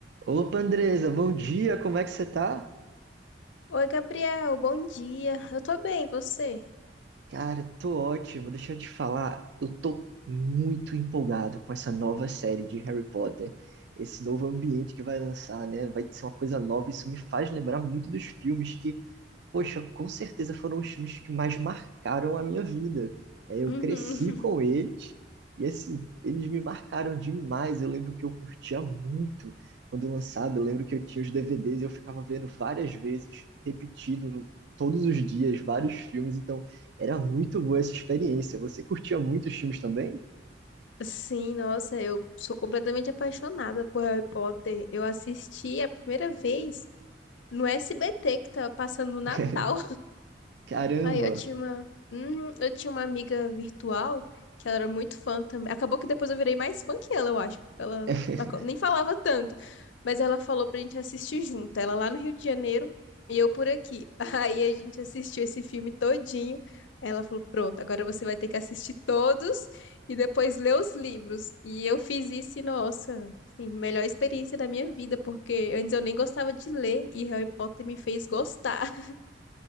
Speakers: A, on the right (about 65°); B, on the left (about 80°).
A: Opa, Andresa, bom dia, como é que você tá?
B: Oi, Gabriel, bom dia. Eu tô bem, e você?
A: Cara, tô ótimo. Deixa eu te falar, eu tô muito empolgado com essa nova série de Harry Potter, esse novo ambiente que vai lançar, né? Vai ser uma coisa nova. Isso me faz lembrar muito dos filmes que, poxa, com certeza foram os filmes que mais marcaram a minha vida. É, eu
B: Uhum.
A: cresci
B: <laughs>
A: com eles e, assim, eles me marcaram demais. Eu lembro que eu curtia muito quando lançado. Eu lembro que eu tinha os DVDs e eu ficava vendo várias vezes, repetido no- todos os dias, vários filmes. Então, era muito boa essa experiência. Você curtia muito os filmes também?
B: Sim, nossa, eu sou completamente apaixonada por Harry Potter. Eu assisti a primeira vez no SBT que tava passando no Natal.
A: <laughs> Caramba!
B: Aí eu tinha uma, Uhum, eu tinha uma amiga virtual que ela era muito fã também. Acabou que depois eu virei mais fã que ela, eu acho, porque ela
A: <laughs>
B: aco- nem falava tanto. Mas ela falou pra gente assistir junto, ela lá no Rio de Janeiro e eu por aqui. <laughs> Aí a gente assistiu esse filme todinho. Aí Ela falou: "Pronto, agora você vai ter que assistir todos e depois ler os livros". E eu fiz isso e nossa, assim, melhor experiência da minha vida, porque antes eu nem gostava de ler e Harry Potter me fez gostar. <laughs>